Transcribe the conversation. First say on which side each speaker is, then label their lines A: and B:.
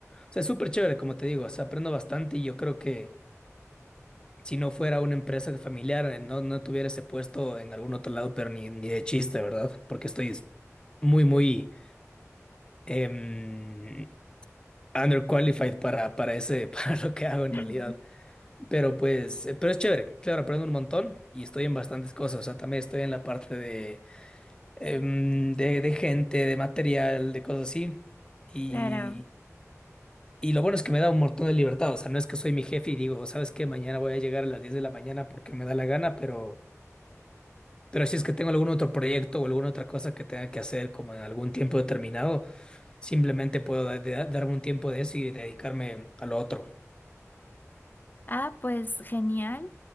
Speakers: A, on the left; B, on the left.
A: O sea, es súper chévere, como te digo, o sea, aprendo bastante y yo creo que si no fuera una empresa familiar, eh, no, no tuviera ese puesto en algún otro lado, pero ni, ni de chiste, ¿verdad? Porque estoy es- muy, muy em, underqualified para, para ese, <laughs> para lo que hago en
B: <laughs>
A: realidad. Pero pues, eh, pero es chévere, claro, aprendo un montón y estoy en bastantes cosas. O sea, también estoy en la parte de, em, de, de gente, de material, de cosas así. Y,
B: Claro.
A: y lo bueno es que me da un montón de libertad. O sea, no es que soy mi jefe y digo, ¿sabes qué? Mañana voy a llegar a las 10 de la mañana porque me da la gana, pero Pero si es que tengo algún otro proyecto o alguna otra cosa que tenga que hacer como en algún tiempo determinado, simplemente puedo da- da- darme un tiempo de eso y dedicarme a lo otro.
B: Ah, pues genial.